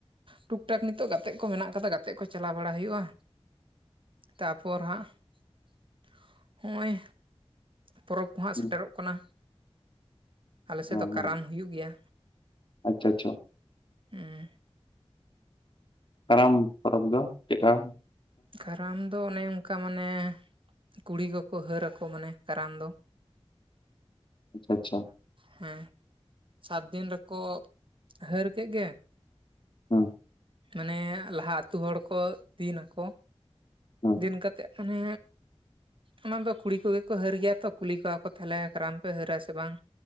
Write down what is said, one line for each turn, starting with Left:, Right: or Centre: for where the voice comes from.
Right: ᱴᱩᱠ ᱴᱟᱠ ᱱᱤᱛᱚᱜ ᱜᱟᱛᱮᱜ ᱠᱚ ᱢᱮᱱᱟᱜ ᱠᱟᱫᱟ ᱜᱟᱛᱮᱜ ᱠᱚ ᱪᱟᱞᱟᱣ ᱵᱟᱲᱟ ᱦᱩᱭᱩᱜᱼᱟ᱾ ᱛᱟᱯᱚᱨ ᱦᱟᱸᱜ--ᱦᱚᱸᱜᱼᱚᱭ᱾ ᱯᱚᱨᱚᱵᱽ ᱠᱚ ᱦᱟᱸᱜ
Left: ᱦᱮᱸ
Right: ᱥᱮᱴᱮᱨᱚᱜ ᱠᱟᱱᱟ᱾ ᱟᱞᱮᱥᱮᱫ
Left: ᱦᱮᱸ
Right: ᱫᱚ ᱠᱟᱨᱟᱢ ᱦᱩᱭᱩᱜ ᱜᱮᱭᱟ᱾
Left: ᱟᱪᱪᱷᱟ ᱟᱪᱪᱷᱟ
Right: ᱦᱩᱸ᱾
Left: ᱠᱟᱨᱟᱢ ᱯᱚᱨᱚᱵᱽ ᱫᱚ ᱪᱮᱜᱠᱟ?
Right: ᱠᱟᱨᱟᱢ ᱫᱚ ᱚᱱᱮ ᱚᱱᱠᱟ ᱢᱟᱱᱮ ᱠᱩᱲᱤ ᱠᱚᱠᱚ ᱦᱟᱹᱨ ᱟᱠᱚ ᱢᱟᱱᱮ ᱠᱟᱨᱟᱢ ᱫᱚ᱾
Left: ᱟᱪᱪᱷᱟᱻᱻᱟᱪᱪᱷᱟ᱾
Right: ᱦᱩᱸ ᱥᱟᱛ ᱫᱤᱱ ᱨᱮᱠᱚ ᱦᱟᱹᱨ ᱠᱮᱜ ᱜᱮ᱾
Left: ᱦᱩᱸᱻ
Right: ᱢᱟᱱᱮ ᱞᱟᱦᱟ ᱟᱛᱩ ᱦᱚᱲ ᱠᱚ ᱫᱤᱱ ᱟᱠᱚ᱾
Left: ᱦᱩᱸ
Right: ᱫᱤᱱ ᱠᱟᱛᱮᱫ ᱠᱷᱚᱱᱮ᱾ ᱚᱱᱟ ᱫᱚ ᱠᱩᱲᱤ ᱠᱚᱜᱮ ᱠᱚ ᱦᱟᱹᱨ ᱜᱮᱭᱟ ᱛᱚ ᱠᱩᱞᱤ ᱠᱚᱣᱟ ᱠᱚ ᱛᱟᱦᱞᱮ ᱠᱟᱨᱟᱢ ᱯᱮ ᱦᱟᱹᱨᱟ ᱥᱮ ᱵᱟᱝ?